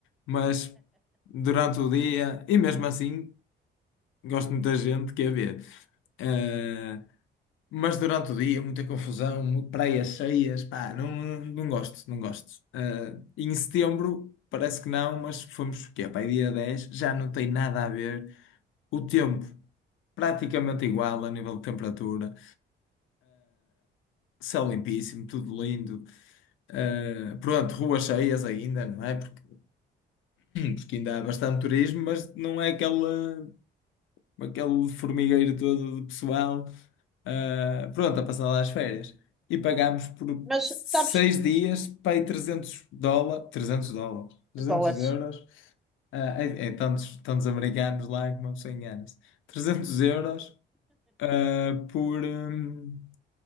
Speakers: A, on the left; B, in the centre.
A: Mas durante o dia, e mesmo assim, gosto de muita gente, quer ver. Ah, mas durante o dia, muita confusão, mu- praias cheias, pá, não, não gosto, não gosto. Ah, em setembro, parece que não, mas fomos, o quê? Pá, aí dia 10 já não tem nada a ver. O tempo, praticamente igual a nível de temperatura, céu limpíssimo, tudo lindo. Ah, pronto, ruas cheias ainda, não é? Porque, porque ainda há bastante turismo, mas não é aquela aquele formigueiro todo de pessoal, ah, pronto, a passar lá as férias. E pagámos por
B: Mas
A: seis
B: sabes
A: dias, pai, trezentos dólares, trezentos dólares, 300
B: que dólares.
A: euros, ah, é, é tantos, tantos americanos lá que uma pessoa engana-se, 300 euros, ah, por, hum,